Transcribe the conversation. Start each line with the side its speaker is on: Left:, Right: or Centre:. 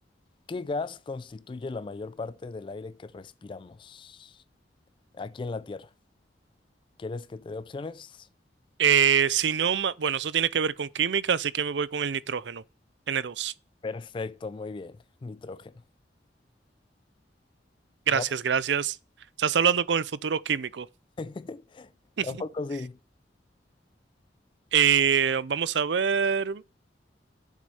Left: ¿Qué gas constituye la mayor parte del aire que respiramos aquí en la Tierra? ¿Quieres que te dé opciones?
Right: Eh, si no, ma- bueno, eso tiene que ver con química, así que me voy con el nitrógeno, n dos.
Left: Perfecto, muy bien. Nitrógeno.
Right: Gracias,
Left: No.
Right: gracias. Estás hablando con el futuro químico.
Left: <laughs>
Right: <laughs>
Left: ¿A poco sí?
Right: Eh, vamos a ver.